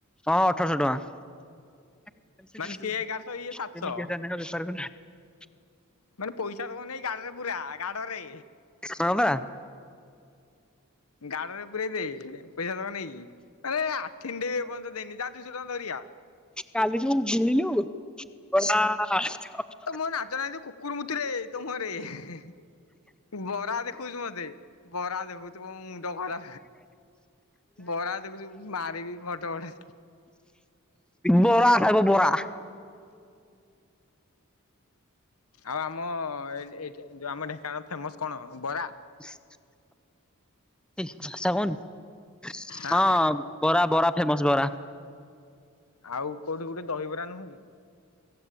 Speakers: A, in the centre; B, on the left (about 85°).
A: ହଁ ଅଠରଶ ଟଙ୍କା। <unintelligible>
B: ମାନେ ସିଏ ଏଗାରଶହ ଇଏ ସାତଶହ ମାନେ ପଇସା ତମର ନାଇଁ ଗାଡରେ ପୁରା ଗାଡ ରେ।
A: ହଁ ବା।
B: ଗାଡରେ ପୁରେଇ ଦେ ପଇସା ତକ ନେଇକି ଆରେ ଆଠିଣି ଟେ ଏ ପର୍ଯ୍ୟନ୍ତ ଦେଇନି ଯା ଦୁଇଶହ ଟଙ୍କା ଧରିଗି ଆ।
A: କାଲି ଯଉ ଗିଳିଲୁ <unintelligible>
B: ତ ମୁଁହ ନାଜ ନାହିଁ ତୁ କୁକୁର ମୁତୁରେ ତ ମୁଁହରେ ହେ ବରା ଦେଖଉଚୁ ମତେ। ବରା ଦେଖଉ ତ ମୁଣ୍ଡ ଖରା ବରା ଦେଖୁଛୁ ମାରିବି ଭଡ ଭଡ଼
A: ବରା ଖାଇବ ବରା।
B: ଆଉ ଆମ ଯଉ ଆମ ଢେଙ୍କାନାଳ ଫେମସ କଣ ବରା?
A: <inaudible> ଏ ଭାଷା କହନି
B: ଆଁ
A: ହଁ ବରା ବରା ଫେମସ ବରା।
B: ଆଉ କୋଉଠି ଗୋଟେ ଦହିବରା ନୁହଁ କି।